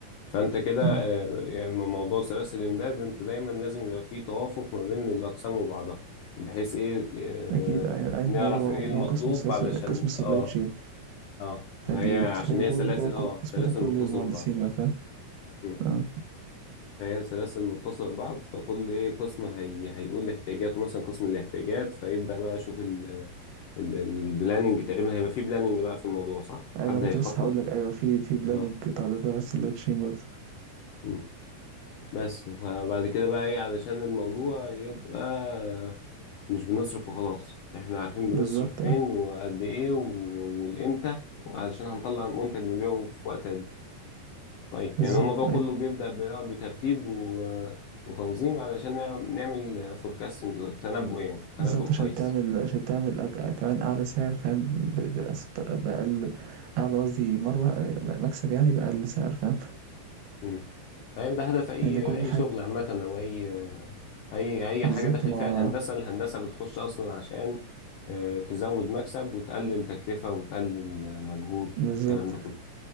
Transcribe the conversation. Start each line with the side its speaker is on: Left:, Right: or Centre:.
Left: فانت كده
Right: مم.
Left: آه، يعني موضوع سلاسل الامداد انت دايما لازم يبقى فيه توافق ما بين الاقسام وبعضها بحيث ايه آه،
Right: اكيد اي أي-
Left: نعرف
Right: ما هي ما
Left: ايه المطلوب
Right: هو قسم السياسه
Left: علشان
Right: قسم السبلاي
Left: اه
Right: تشين
Left: اه
Right: فبتلاقي
Left: هي عشان هي
Right: جول
Left: سلاسل
Right: جوه
Left: اه
Right: القسم
Left: سلاسل
Right: ده كل
Left: متصلة
Right: المهندسين
Left: ببعض
Right: بقى فاهم
Left: مم.
Right: اه
Left: فهي سلاسل متصلة ببعض فكل ايه قسم هي هيقول احتياجاته مثلا قسم الاحتياجات فيبدأ بقى يشوف ال البلاننج تقريبا هيبقى فيه بلاننج بقى في الموضوع صح؟ حد
Right: ايوه ما أنا
Left: هيخطط
Right: كنت لسه هقول لك ايوه في في بلاننج
Left: اه
Right: بتاع ده ده بس سبلاي تشين برضه
Left: مم. بس فبعد كده بقى ايه علشان الموضوع يبقى مش بنصرف وخلاص احنا عارفين بنصرف
Right: بالظبط
Left: فين
Right: اه
Left: وقد ايه و- والامتى وعلشان هنطلع منتج نبيعه في وقت قد ايه طيب
Right: بالظبط
Left: يعني الموضوع كله
Right: أيوة.
Left: بيبدأ ب- آه، بترتيب و- وتنظيم علشان نعم- نعمل فوركاستنج تنبؤ يعني تنبؤ
Right: بالضبط عشان
Left: كويس
Right: تعمل عشان تعمل أج أ كمان أعلى سعر فاهم، ب بأس بأقل أعلى قصدي مَرّة مكسب يعني بأقل سعر فاهم،
Left: مم. طيب ده هدف اي
Right: لإن كل
Left: اي
Right: حاجة
Left: شغل عامة او اي اي اي
Right: بالضبط
Left: حاجه داخل
Right: ما
Left: فيها الهندسه الهندسه بتخش اصلا عشان آه، تزود مكسب وتقلل تكلفه وتقلل آه، مجهود والكلام
Right: بالضبط،
Left: ده كله